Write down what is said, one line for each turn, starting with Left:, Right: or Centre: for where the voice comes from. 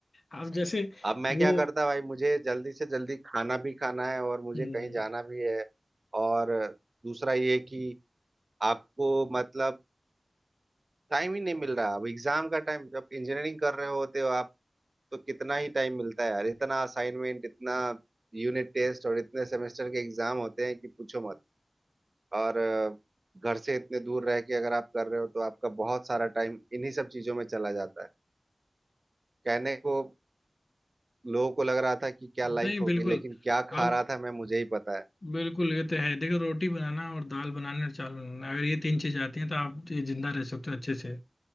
Left: आप जैसे
Right: अब मैं
Left: वो
Right: क्या करता भाई मुझे जल्दी से जल्दी खाना भी खाना है और मुझे
Left: हम्म,
Right: कहीं जाना भी है और दूसरा ये कि आपको मतलब टाइम ही नहीं मिल रहा अब एग्जाम का टाइम जब इंजीनियरिंग कर रहे होते हो आप तो कितना ही टाइम मिलता है यार इतना असाइनमेंट इतना यूनिट टेस्ट और इतने सेमेस्टर के एग्जाम होते हैं कि पूछो मत और अ, घर से इतने दूर रह के अगर आप कर रहे हो तो आपका बहुत सारा टाइम इन्हीं सब चीजों में चला जाता है कहने को लोगों को लग रहा था कि क्या लाइफ
Left: नहीं
Right: होगी
Left: बिल्कुल
Right: लेकिन क्या खा
Left: आप
Right: रहा था मैं मुझे ही पता है
Left: बिल्कुल ये तो है देखो रोटी बनाना और दाल बनाना और चावल बनाना अगर ये तीन चीज आती हैं तो आप ये जिंदा रह सकते हो अच्छे से